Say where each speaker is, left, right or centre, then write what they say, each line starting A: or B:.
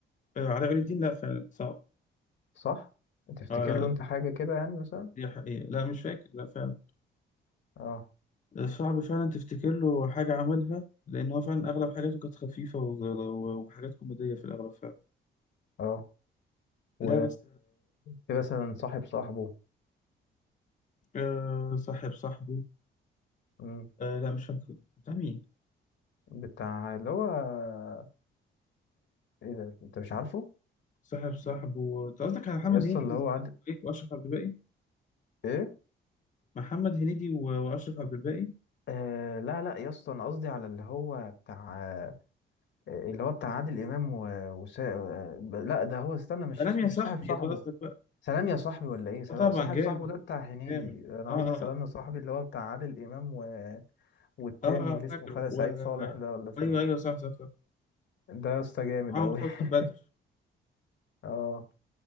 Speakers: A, on the left; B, on the left.
A: آه، علاء ولي الدين لا فعلا صعب
B: صح تفتكر
A: اه
B: له
A: لا
B: انت حاجه كده يعني مثلا
A: دي حقيقة لا مش فاكر لا فعلا
B: اه
A: صعب فعلا تفتكر له حاجة عملها لأن هو فعلا أغلب حاجاته كانت خفيفة و- وحاجات كوميدية في الأغلب فعلا
B: اه و
A: لا بس
B: في مثلا صاحب صاحبه
A: آه صاحب صاحبه
B: مم.
A: آه لا مش فاكره ده مين
B: بتاع اللي هو آه، ايه ده انت مش عارفه
A: صاحب صاحب و... انت قصدك على محمد
B: يا اسطى
A: هنيدي
B: اللي هو
A: و...
B: عاد
A: إيه؟ واشرف عبد الباقي
B: ايه
A: محمد هنيدي و... واشرف عبد الباقي
B: آه لا لا يا اسطى انا قصدي على اللي هو بتاع آه اللي هو بتاع عادل امام و... وسا... آه ب- لا ده هو استنى مش
A: سلام
B: اسمه
A: يا صاحبي
B: مش صاحب صاحبه
A: يبقى قصدك بقى
B: سلام يا صاحبي ولا ايه سلا-
A: اه طبعا
B: صاحب
A: جامد
B: صاحبه ده بتاع هنيدي
A: جامد
B: انا
A: اه
B: قصدي سلام
A: اه اه
B: يا صاحبي اللي هو بتاع عادل امام و... والتاني
A: اه آه،
B: اللي
A: آه،
B: اسمه
A: فاكره
B: خالد سعيد
A: و...
B: صالح ده ولا اسمه
A: ايوه ايوه صح صح صح
B: إيه؟ ده يا اسطى جامد
A: معاهم
B: قوي
A: سوسن
B: <laughs>
A: بدر
B: اه